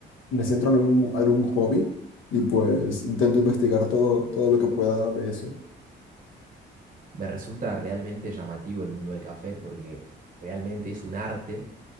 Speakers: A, on the left; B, on the right.
A: me centro en algún, algún hobby y pues intento investigar todo, todo lo que pueda de eso.
B: Me resulta realmente llamativo el mundo del café porque realmente es un arte